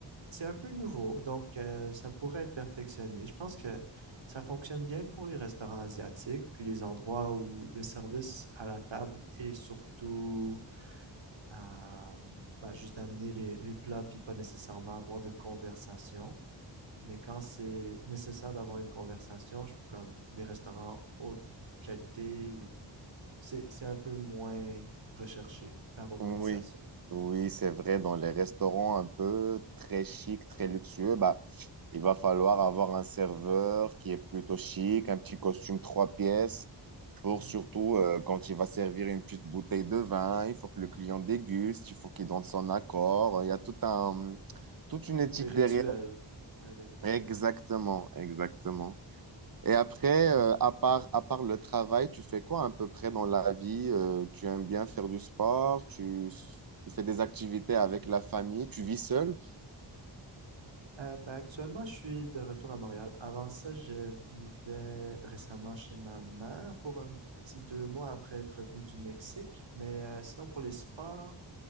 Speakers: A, on the right; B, on the right.
A: c'est un peu nouveau, donc euh, ça pourrait être perfectionné. Je pense que ça fonctionne bien pour les restaurants asiatiques, puis les endroits où le service à la table est surtout euh, bah, juste d'amener les, les plats, puis pas nécessairement avoir de conversation. Mais quand c'est nécessaire d'avoir une conversation, je- comme des restaurants haute qualité, ou c'est c'est un peu moins recherché, la robotisation.
B: Oui, oui,
A: Ouais.
B: c'est vrai. Dans les restaurants un peu très chic, très luxueux, bah, il va falloir avoir un serveur qui est plutôt chic, un petit costume trois pièces, pour
A: Mhm.
B: surtout euh, quand il va servir une petite bouteille de vin, il faut que le client déguste, il faut qu'il donne son accord. Il y a tout un, toute
A: Hmm,
B: une éthique
A: Des rituels.
B: derrière.
A: Ouais, des rituels.
B: Exactement, exactement. Et après,
A: Ouais.
B: euh, à part, à part le travail, tu fais quoi à peu près dans la vie? Euh, tu aimes bien faire du sport? Tu, tu fais des activités avec la famille? Tu vis seul?
A: Euh, ben, actuellement, je suis de retour à Montréal. Avant ça, je vivais récemment chez ma mère pour un petit deux mois après être revenu du Mexique. Mais euh, sinon, pour les sports,